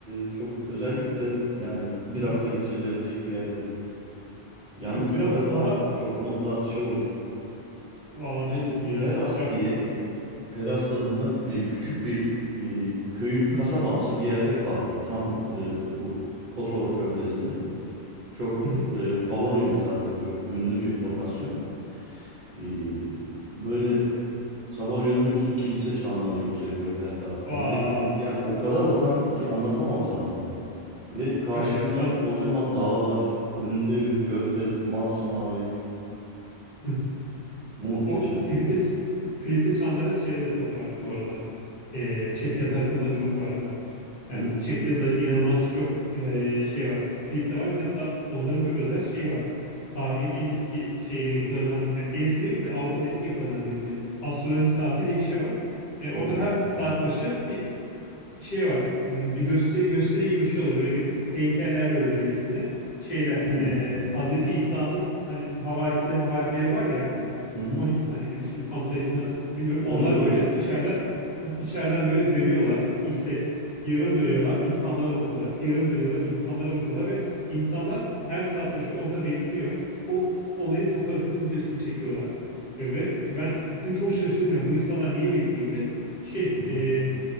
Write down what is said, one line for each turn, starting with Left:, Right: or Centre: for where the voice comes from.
Right: Ee, çok özellikle yani bir
Left: Hı hı.
Right: hafta geçirilebilecek bir yer değil. Yalnız
Left: Evet biraz
Right: Karadağ
Left: daha
Right: çok nokta atışı olur.
Left: valla
Right: Biz
Left: ne diyorsun ya.
Right: Peras
Left: Bak
Right: diye Peras tadında e, küçük bir e, köyün
Left: hı.
Right: kasabamsı bir yerde kaldık. Tam e, bu Kotor Körfezi'nde. Çok
Left: Hı hı.
Right: e, favori bir zaten çok ünlü bir lokasyon. E, böyle Sabah uyanıyorsun kilise çanları yükseliyor her taraftan
Left: Vaa,
Right: ve o- yani o kadar otantik ki anlatamam sana ya. Ve karşında
Left: süper ya. Şu an
Right: kocaman dağlar, önünde bir körfez masmavi
Left: hı.
Right: muhteşem.
Left: O kilise ç- kilise çanları şeyde de çok var bu arada. Ee, Çekya tarafında da çok vardı. Yani
Right: Hı hı.
Left: Çekya'da inanılmaz çok e, şey var. Kilise var bir de hatta onların bir özel şeyi var. Tarihin en eski şeyleri yapılarından yani en eski demeyeyim de Avrupa'nın eski yapılarından birisi. Astronomi saati diye bir şey var. E, orada
Right: Hı
Left: her saat başı bir şey var. hmm, Bir gösteri gösteri gibi bir şey oluyor. Böyle bir heykeller böyle dönüyor içinde. Şeyler
Right: hı.
Left: e, Hazreti İsa'nın hani havarisi havarileri var ya
Right: Hı hı.
Left: 12 tane bir de şimdi tam sayısını bilmiyorum. Onlar
Right: 12 12.
Left: böyle içeriden <laughs> içeriden böyle dönüyorlar. İşte yarım dönüyorlar, insanlara bakıyorlar. Yarım dönüyorlar, insanlara bakıyorlar ve insanlar her saat başı orada bekliyor. O olayın fotoğrafını, videosunu çekiyorlar. Ve ve ben gittim çok şaşırdım ya. Bu insanlar niye bekliyor? Bir de şey
Right: Hı hı.
Left: e,